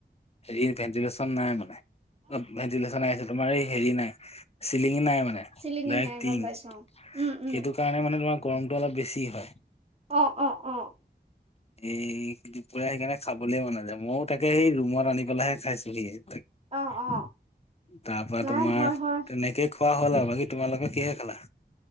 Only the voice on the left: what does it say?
হেৰি ভেণ্টিলেশ্যন নাই মানে। অ, ভেণ্টিলেচন হে আহিছে তোমাৰ এই হেৰি নাই চিলিঙি নাই মানে।
ডাইৰেক্ট
টিং
সেইটো
কাৰণে মানে তোমাৰ গৰমটো অলপ বেছি হয়।
এই দুপৰীয়া সেইকাৰণে খাবলে মনা যায় ময়ো তাকে সেই ৰুমত আনি পেলাইাহে খাইছোহি তাক
তাৰ পৰা
তোমাৰ
তেনেকে খোৱা হ'ল আৰু বাকী তোমালোকে কিহে খালা?